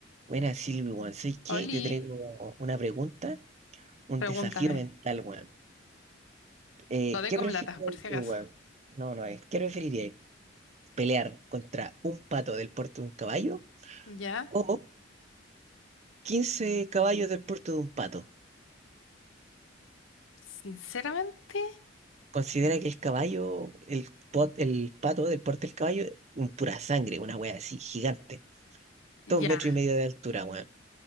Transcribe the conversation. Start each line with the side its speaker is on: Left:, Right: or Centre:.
Right: Buena, Silvi, weón. ¿Sabes qué?
Left: Oli,
Right: Te traigo una pregunta, un
Left: pregúntame.
Right: desafío mental, weón. Eh,
Left: No tengo
Right: ¿qué preferirías
Left: plata, por si acaso.
Right: tú, weón? No, no es. ¿Qué preferirías? ¿Pelear contra un pato del porte de un caballo
Left: ¿Ya?
Right: o 15 caballos del porte de un pato?
Left: Sinceramente,
Right: Considera que el caballo, el, pot, el pato del porte del caballo, un pura sangre, una wea así, gigante.
Left: ya.
Right: Dos metros y medio de altura, weón.